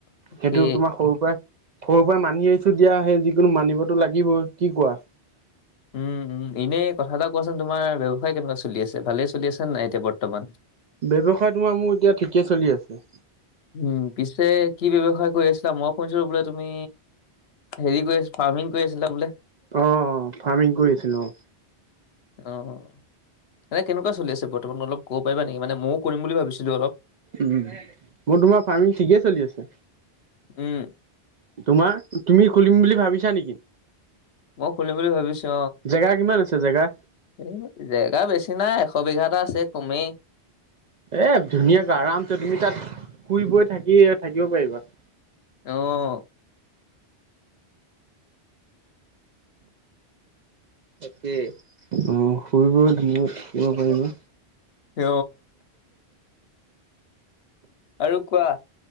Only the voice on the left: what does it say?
তাকে
উম, উম, এনে কথা এটা কোৱাচোন তোমাৰ ব্যৱসায় কেনেকুৱা চলি আছে ভালেই চলি আছে নে নাই এতিয়া বৰ্তমান?
উম, পিছে কি ব্যৱসায় কৰি আছিলা মই শুনিছো বোলে তুমি হেৰি কৰিছ, ফাৰ্মিং কৰি আছিলা বোলে?
অ', এনে কেনেকুৱা চলি আছে বৰ্তমান অলপ ক'ব পাৰিবা নেকি মানে মইও কৰিম বুলি ভাবিছিলোঁ অলপ।
উম
মই খুলিম বুলি ভাবিছো
উম, জেগা বেছি নাই এশ বিঘা এটা আছে কমেই।
অ'।
সিঅ আৰু কোৱা?